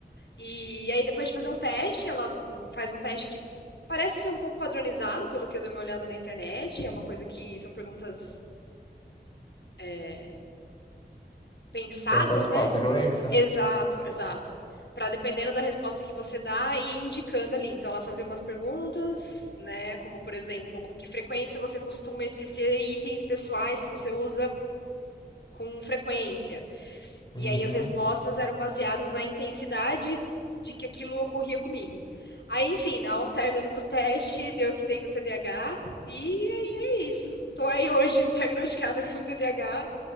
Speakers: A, on the left (about 75°); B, on the left (about 25°).
A: E aí depois de fazer um teste, ela faz um teste que parece ser um pouco padronizado, pelo que eu dei uma olhada na internet. É uma coisa que são perguntas é, pensadas,
B: Perguntar os
A: né?
B: padrões, né?
A: Exato, exato. Para dependendo da resposta que você dá e indicando ali. Então ela fazia umas perguntas, né? Como por exemplo, com que frequência você costuma esquecer itens pessoais que você usa com frequência?
B: Uhum.
A: E aí as respostas eram baseadas na intensidade de que aquilo ocorria comigo. Aí, enfim, né, ao término do teste, deu que tenho TDAH, e aí é isso. Estou aí hoje diagnosticada <laughs> com TDAH,